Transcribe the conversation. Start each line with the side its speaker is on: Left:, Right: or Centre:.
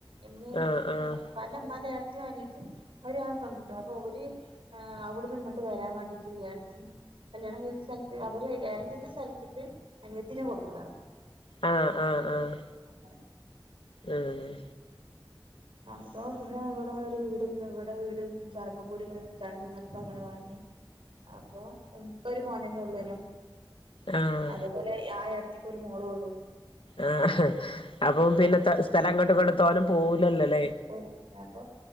Right: ഇമ്മിം
Left: ആഹ് ആഹ്
Right: ഇപ്പാന്റെ ഇമ്മാന്റെ ഏട്ത്തി അനിയത്തും അവര് ആ പെൺകുട്ട്യേള് അപ്പൊ ഓല് ഏഹ് അവിടെന്ന്ങ്ങട്ട് വരാൻ വേണ്ടീട്ട് ഏടത്തി കല്യാണം കഴി സ്ഥൽത്ത് അവര് ഏടത്തീന്റെ സ്ഥലത്ത്ക്ക് അനിയത്തീനെ കൊടുന്നതാണ്.
Left: ആഹ് ആഹ്
Right: അങ്ങനെ
Left: ആഹ്
Right: അപ്പൊ പിന്നെ ഇവിടെ ഒരു വീട് ഇണ്ട് ഇവിടെ വീട് പറമ്പും കൂടി ഇങ്ങനെ വിക്കാണ്ട്ന്ന് പർഞ്ഞപ്പോ അങ്ങനെ വാങ്ങി. അപ്പൊ എനക്ക്പ്പൊരു മോനെന്നെ ഉള്ളോനു
Left: ആഹ് ആഹ് അങ്ങനെ
Right: അതേപോലെ ആ ഏടത്തി ഇപ്പൊരു മോളുള്ളൂ.
Left: ആഹ് അപ്പം പിന്നെ ത സ്ഥലം അങ്ങട്ടും ഇങ്ങട്ടും തോനെ പോവൂലല്ലോലെ.
Right: <unintelligible> അപ്പം